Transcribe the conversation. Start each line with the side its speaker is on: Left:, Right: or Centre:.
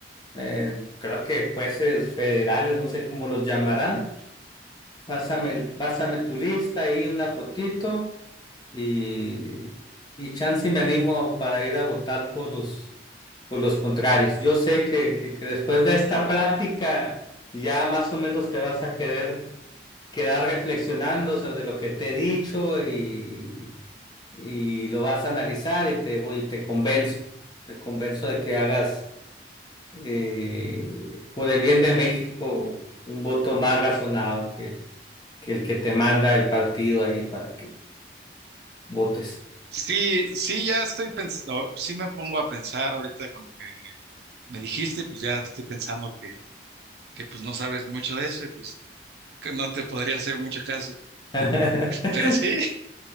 Left: eh, creo que jueces federales, no sé cómo los llamarán. Pásame, el- pásame tu lista y una fotito y, y chance me animo para ir a votar por los, por los contrarios. Yo sé que, que, que después de esta plática ya más o menos te vas a querer quedar reflexionando sobre lo que te he dicho y, y lo vas a analizar y te voy, te convenzo, te convenzo de que hagas eh, por el bien de México un voto más razonado que, que el que te manda el partido ahí para que votes.
Right: Sí, sí, ya estoy pensando, sí me pongo a pensar ahorita con lo que me dijiste, pues ya estoy pensando que, que pues no sabes mucho de eso y pues que no te podría hacer mucho caso.
Left: <laughs>
Right: Pero sí,